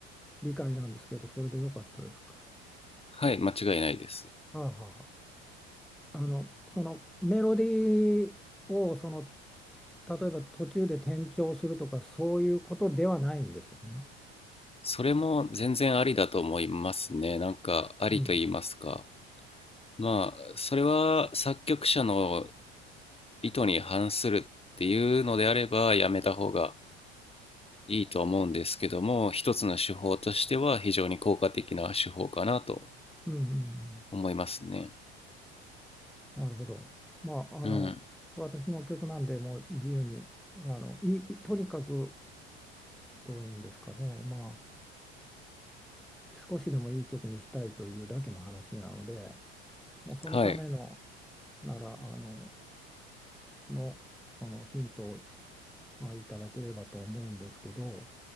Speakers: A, in the centre; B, on the left (about 20°).
A: 理解なんですけどそれでよかったですか。
B: はい、間違いないです。
A: あはは。あのそのメロディーをその例えば途中で転調するとかそういうことではないんですよね。
B: それも全然ありだと思いますね。なんか、ありと言いますか。
A: うん。
B: まあ、それは作曲者の意図に反するっていうのであれば、やめた方がいいと思うんですけども、一つの手法としては非常に効果的な手法かなと
A: うんうんうん
B: 思いますね。
A: なるほど。まあ、あの、
B: うん、
A: 私の曲なんで、もう自由に、あの、いい、とにかく、どういうんですかね、まあ、少しでもいい曲にしたいというだけの話なので、もうそのための、
B: はい、
A: なら、あの、の、そのヒントを、まあ、いただければと思うんですけど、